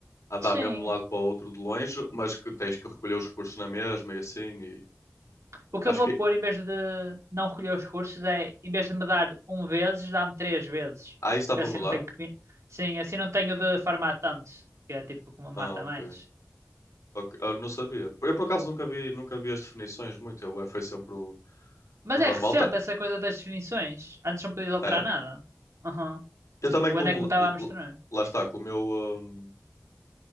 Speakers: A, on the left; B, on the right.
A: andar
B: Sim,
A: mesmo de um lado para o outro de longe, mas que tens que recolher os recursos na mesma e assim. E
B: o que
A: acho
B: eu vou
A: que.
B: pôr em vez de não recolher os recursos é, em vez de me dar um vezes, dá-me três vezes.
A: Ah, isso dá
B: Porque
A: para
B: assim
A: mudar?
B: não tenho que. me- Sim, assim não tenho de farmar tanto, que é tipo como
A: Ah,
B: mata
A: ok.
B: mais.
A: Ok, Eu não sabia. Eu por acaso nunca vi, nunca vi as definições muito, eu, foi sempre o,
B: Mas
A: o
B: é
A: normal.
B: recente
A: Ta-
B: essa coisa das definições. Antes não podia alterar
A: É?
B: nada. Aham.
A: Eu também,
B: O
A: como.
B: André que me estava
A: l-
B: a mostrar.
A: l- Lá está, com o meu. hum,